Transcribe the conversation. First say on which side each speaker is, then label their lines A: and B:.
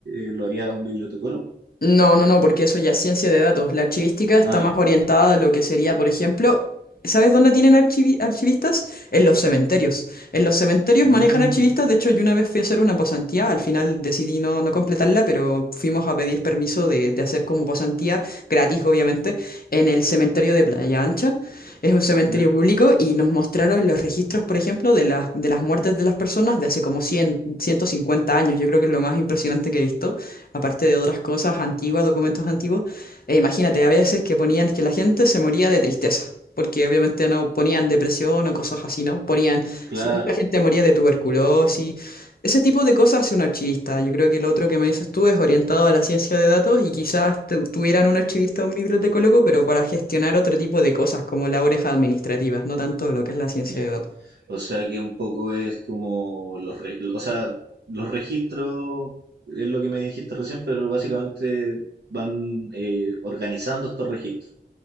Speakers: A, on the right; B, on the left.
A: eh, lo haría un bibliotecólogo.
B: No, no, no, porque eso ya es ciencia de datos. La archivística está
A: Ah,
B: más
A: ya.
B: orientada a lo que sería, por ejemplo, ¿sabes dónde tienen archivi- archivistas? En los cementerios. En los cementerios
A: Mm,
B: manejan archivistas. De hecho, yo una vez fui a hacer una pasantía, al final decidí no, no completarla, pero fuimos a pedir permiso de, de hacer como pasantía, gratis obviamente, en el cementerio de Playa Ancha. Es un cementerio
A: ya,
B: público y nos mostraron los registros, por ejemplo, de las, de las muertes de las personas de hace como cien ciento cincuenta años. Yo creo que es lo más impresionante que he visto aparte de otras cosas antiguas, documentos antiguos. E imagínate, a veces que ponían que la gente se moría de tristeza, porque obviamente no ponían depresión o cosas así, ¿no? Ponían,
A: claro,
B: ge- mucha gente moría de tuberculosis. Ese tipo de cosas hace un archivista. Yo creo que lo otro que me dices tú es orientado a la ciencia de datos y quizás tu- tuvieran un archivista o un bibliotecólogo, pero para gestionar otro tipo de cosas como labores administrativas, no tanto lo que es la ciencia
A: ya.
B: de datos.
A: O sea que un poco es como los, re- o sea, los registros, es lo que me dijiste recién, pero básicamente van eh, organizando estos registros.